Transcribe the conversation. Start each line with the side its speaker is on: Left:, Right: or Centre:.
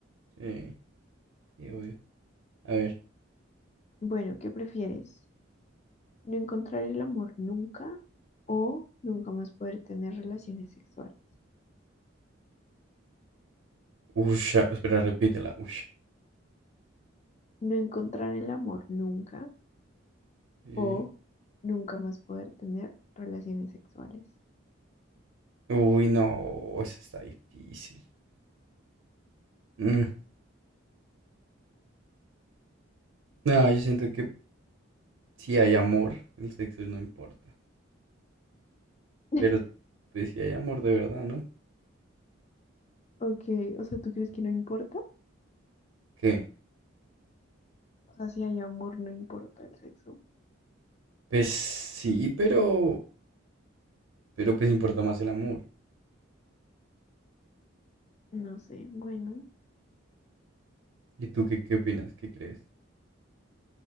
Right: Sí, sí, obvio. A ver.
Left: Bueno, ¿qué prefieres? ¿No encontrar el amor nunca o nunca más poder tener relaciones sexuales?
Right: Ush, ah, espera, repítela. Ush.
Left: No encontrar el amor nunca
Right: Sí.
Left: o nunca más poder tener relaciones sexuales.
Right: Uy, no, eso está difícil. Mm, No, yo siento que si hay amor, el sexo no importa.
Left: <laughs>
Right: Pero pues si hay amor de verdad, ¿no?
Left: Ok, o sea, ¿tú crees que no importa?
Right: ¿Qué?
Left: O sea, si hay amor, no importa el sexo.
Right: Pues sí, pero, pero pues importa más el amor.
Left: No sé, bueno,
Right: ¿Y tú qué, qué opinas? ¿Qué crees?